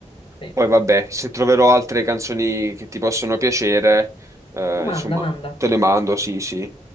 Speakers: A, on the left; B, on the right.
A: Sì.
B: Poi vabbè, se troverò altre canzoni che ti possono piacere, eh,
A: Tu
B: insomma,
A: manda, manda.
B: te le mando, sì, sì.